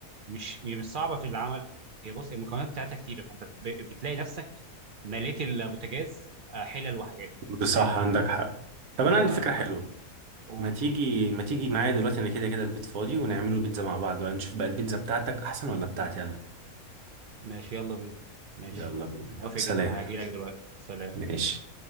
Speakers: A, on the right; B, on the right.
A: مش هي مش صعبه في العمل هي بص المكونات بتاعتها كتيره فانت ب- بتلاقي نفسك مليت البوتاجاز آه، حلل وحاجات
B: بصح
A: فاهم الفكره
B: عندك حق طب انا عندي
A: اه
B: فكره حلوه
A: فقول
B: ما تيجي ما تيجي معايا دلوقتي انا كده كده البيت فاضي ونعمله بيتزا مع بعض بقى نشوف بقى البيتزا بتاعتك احسن ولا بتاعتي انا
A: ماشي يلا بينا ماشي
B: يلا بينا
A: موافق
B: يلا. سلام
A: جدا هاجي لك دلوقتي سلام
B: ماشي